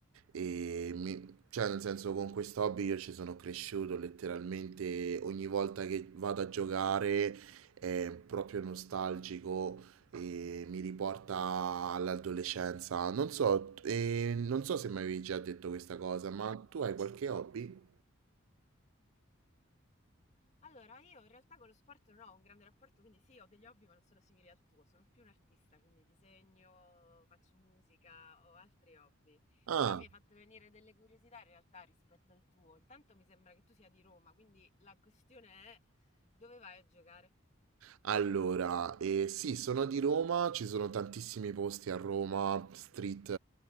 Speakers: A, on the right; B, on the left.
A: E mi- cioè, nel senso, con questo hobby io ci sono cresciuto letteralmente ogni volta che vado a giocare è proprio nostalgico e mi riporta all'adolescenza. Non so, eh, non so se mi avevi già detto questa cosa, ma tu hai qualche hobby?
B: Allora, io in realtà con lo sport non ho un grande rapporto, quindi sì, ho degli hobby, ma non sono simili al tuo. Sono più un artista, quindi disegno, faccio musica, ho altri hobby.
A: Ah,
B: Però mi hai fatto venire delle curiosità in realtà rispetto al tuo. Intanto mi sembra che tu sia di Roma, quindi la questione è dove vai a giocare?
A: allora, eh, sì, sono di Roma, ci sono tantissimi posti a Roma, street,